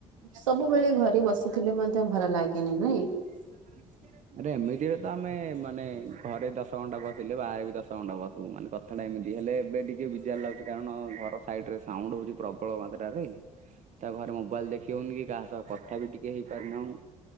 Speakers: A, on the right (about 75°); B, on the right (about 45°).
A: ସବୁବେଳେ ଘରେ ବସିଥିଲେ ମଧ୍ୟ ଭଲ ଲାଗେନି ନାଇଁ
B: <unintelligible> ଆରେ ଏମିତିରେ ତ ଆମେ ମାନେ ଘରେ ଦଶ ଘଣ୍ଟା ବସିଲେ ବାହାରେ ବି ଦଶ ଘଣ୍ଟା ବସୁ ମାନେ କ କଥାଟା ଏମିତି ହେଲେ ଏବେ ଟିକେ ବିଜାର ଲାଗୁଛି କାରଣ ଘର ସାଇଡ ରେ ସାଉଣ୍ଡ ହଉଛି ପ୍ରବଳ ମାତ୍ରରେ। ତା ଘରେ ମୋବାଇଲ ଦେଖି ହଉନି କି କାହା ସହ କଥା ବି ଟିକେ ହେଇପାରୁନାହୁଁ।